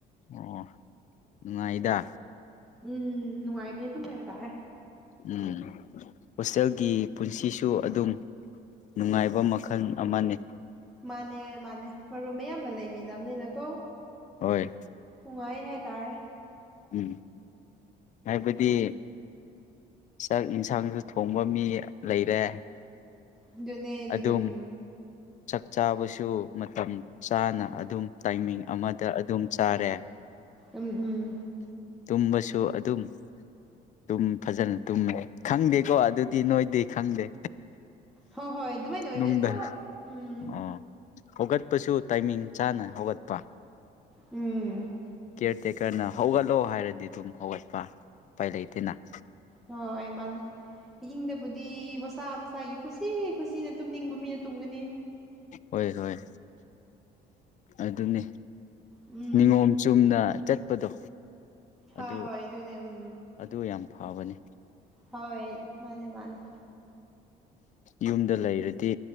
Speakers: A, on the left; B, in the centre.
A: ꯑꯣ ꯅꯨꯡꯉꯥꯏꯗ
B: ꯎꯝ ꯅꯨꯡꯉꯥꯏꯝꯅꯦ ꯑꯗꯨꯝ ꯍꯥꯏꯕ ꯇꯥꯔꯦ
A: ꯎꯝ ꯍꯣꯁꯇꯦꯜꯒꯤ ꯄꯨꯟꯁꯤꯁꯨ ꯑꯗꯨꯝ ꯅꯨꯡꯉꯥꯏꯕ ꯃꯈꯟ ꯑꯃꯅꯦ
B: ꯃꯥꯅꯦ ꯃꯥꯅꯦ ꯃꯔꯨꯝ ꯃꯌꯥꯝꯒ ꯂꯩꯃꯤꯟꯅꯝꯅꯤꯅꯀꯣ
A: ꯍꯦ
B: ꯅꯨꯡꯉꯥꯏꯌꯦ ꯍꯥꯏ ꯇꯥꯔꯦ
A: ꯎꯝ ꯍꯥꯏꯕꯗꯤ ꯆꯥꯛ ꯏꯟꯁꯥꯡꯁꯨ ꯊꯣꯡꯕ ꯃꯤ ꯂꯩꯔꯦ
B: ꯑꯗꯨꯅꯦ
A: ꯑꯗꯨꯝ
B: ꯗꯨꯅꯦ ꯎꯝ
A: ꯆꯥꯛ ꯆꯥꯕꯁꯨ ꯃꯇꯝ ꯆꯥꯅ ꯑꯗꯨꯝ ꯇꯥꯏꯃꯤꯡ ꯑꯃꯗ ꯑꯗꯨꯝ ꯆꯥꯔꯦ
B: ꯑꯗꯨ ꯎꯝ
A: ꯇꯨꯝꯕꯁꯨ ꯑꯗꯨꯝ ꯇꯨꯝ ꯐꯥꯖꯅ ꯇꯨꯝꯃꯦ ꯈꯪꯗꯦꯀꯣ ꯑꯗꯨꯗꯤ ꯅꯣꯏꯗꯤ ꯈꯪꯗꯦ
B: ꯍꯣꯏ ꯍꯣꯏ ꯑꯗꯨꯃꯥꯏꯅ ꯑꯣꯏꯕꯅꯦ
A: ꯅꯨꯡꯗ
B: ꯆꯞ ꯎꯝ
A: ꯑꯣ ꯍꯧꯒꯠꯄꯁꯨ ꯇꯥꯏꯃꯤꯡ ꯆꯥꯅ ꯍꯧꯒꯠꯄ
B: ꯎꯝ
A: ꯀ꯭ꯌꯔ ꯇꯦꯀꯔꯅ ꯍꯧꯒꯠꯂꯣ ꯍꯥꯏꯔꯗꯤ ꯑꯗꯨꯝ ꯍꯧꯒꯠꯄ ꯎꯄꯥꯏ ꯂꯩꯇꯦꯅ
B: ꯍꯣꯏ ꯃꯥꯅꯦ ꯏꯍꯤꯡꯗꯕꯨꯗꯤ ꯃꯁꯥ ꯃꯁꯥꯒꯤ ꯈꯨꯁꯤ ꯈꯨꯁꯤꯗ ꯇꯨꯝꯅꯤꯡꯕ ꯃꯤꯅ ꯇꯨꯝꯒꯅꯤ
A: ꯍꯣꯏ ꯍꯣꯏ ꯑꯗꯨꯅꯦ
B: ꯎꯝ
A: ꯅꯤꯌꯣꯝ ꯆꯨꯝꯅ ꯆꯠꯄꯗꯣ
B: ꯍꯣꯏ
A: ꯑꯗꯨ
B: ꯍꯣꯏ ꯑꯗꯨꯅꯦ ꯎꯝ
A: ꯑꯗꯨ ꯌꯥꯝ ꯐꯥꯕꯅꯦ
B: ꯍꯣꯏ ꯃꯥꯅꯦ ꯃꯥꯅꯦ
A: ꯌꯨꯝꯗ ꯂꯩꯔꯗꯤ